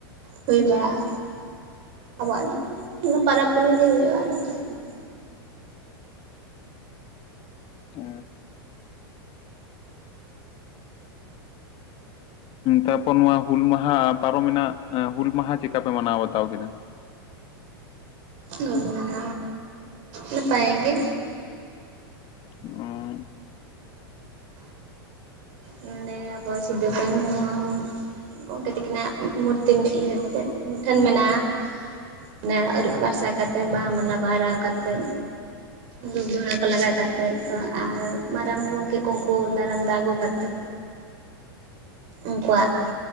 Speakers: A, on the right; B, on the left.
A: ᱦᱩᱭ ᱵᱟᱲᱟᱜᱼᱟ ᱟᱵᱚᱣᱟᱜ ᱫᱚ ᱤᱱᱟᱹ ᱯᱚᱨᱚᱵᱽ ᱯᱩᱱᱟᱹᱭ ᱜᱮ ᱦᱩᱭᱩᱜᱼᱟ ᱟᱫᱚ ᱪᱮᱫ ᱜᱮ ᱵᱟᱝ
B: ᱚ ᱛᱟᱯᱚᱨ ᱱᱚᱣᱟ ᱦᱩᱞ ᱢᱟᱦᱟ ᱯᱟᱨᱚᱢᱮᱱᱟ ᱦᱩᱞ ᱢᱟᱦᱟ ᱪᱮᱫᱠᱟ ᱯᱮ ᱢᱟᱱᱟᱣ ᱵᱟᱛᱟᱣ ᱠᱮᱫᱟ
A: ᱚ ᱱᱟᱯᱟᱭᱜᱮ
B: ᱚ
A: ᱱᱚᱰᱮᱸ ᱟᱵᱚ ᱥᱤᱫᱩ ᱠᱟᱹᱱᱦᱩ ᱟᱜ ᱢᱩ ᱜᱚᱝᱠᱮ ᱛᱟᱹᱠᱤᱱᱟᱜ ᱢᱩᱨᱛᱤ ᱤᱭᱟᱹ ᱠᱚ ᱢᱩᱴᱷᱟᱹᱱ ᱢᱮᱱᱟᱜᱼᱟ ᱦᱮᱸ ᱟᱹᱨᱩᱵ ᱯᱷᱟᱨᱪᱟ ᱠᱟᱛᱮᱫ ᱵᱟᱦᱟ ᱢᱟᱞᱟ ᱟᱨᱟᱣ ᱠᱟᱛᱮᱫ ᱫᱷᱩᱯ ᱫᱷᱩᱬᱟᱹ ᱠᱚ ᱞᱟᱜᱟ ᱠᱟᱛᱮᱫ ᱛᱚ ᱟᱨ ᱢᱟᱨᱟᱝ ᱜᱚᱜ <unintelligible> ᱠᱚ ᱫᱟᱨᱟᱢᱫᱟ ᱟᱹᱜᱩ ᱠᱟᱛᱮᱫ ᱩᱱᱠᱩᱣᱟᱜ